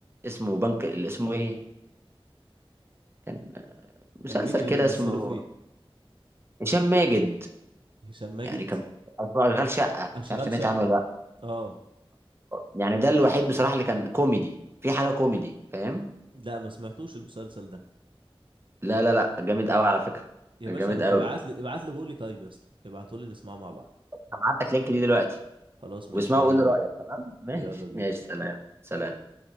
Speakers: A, on the right (about 25°); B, on the right (about 55°).
A: اسمه بنك اللي اسمه ايه كان
B: كان
A: مسلسل
B: مين اللي
A: كده
B: بيمثله
A: اسمه
B: فيه
A: هشام ماجد
B: هشام ماجد
A: يعني كان أو اسمه اشغال شقه
B: اشغال
A: مش عارف سمعت
B: شقه
A: عنه ولا لا
B: اه
A: يعني ده الوحيد بصراحة اللي كان كوميدي في حاجة كوميدي فاهم
B: لا ما سمعتوش المسلسل ده
A: لا لا لا جامد قوي على فكرة
B: يا
A: جامد
B: باشا
A: قوي
B: ابعت لي ابعت لي وقول لي طيب يا اسطى ابعتوا لي نسمعه مع بعض
A: هبعت لك لينك دي دلوقتي
B: خلاص ماشي
A: واسمعه
B: يلا
A: وقول لي رأيك
B: بينا
A: تمام ماشي
B: يلا بينا
A: ماشي سلام سلام